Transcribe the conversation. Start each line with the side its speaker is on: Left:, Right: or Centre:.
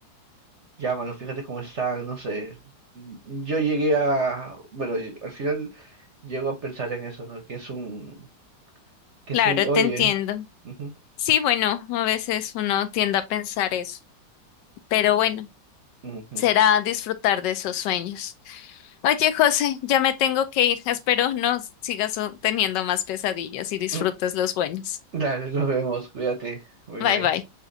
Right: Llámalos, fíjate cómo están, no sé. Yo llegué a, bueno, y al final llego a pensar en eso, ¿no? Que es un, que
Left: Claro,
Right: es un, oye,
Left: te entiendo.
Right: ujú,
Left: Sí, bueno, a veces uno tiende a pensar eso, pero bueno,
Right: ujú.
Left: será disfrutar de esos sueños. Oye, José, ya me tengo que ir. Espero no sigas oh, teniendo más pesadillas y disfrutes
Right: Mm,
Left: los buenos.
Right: Dale, nos vemos, cuídate, bye
Left: Bye
Right: bye.
Left: bye.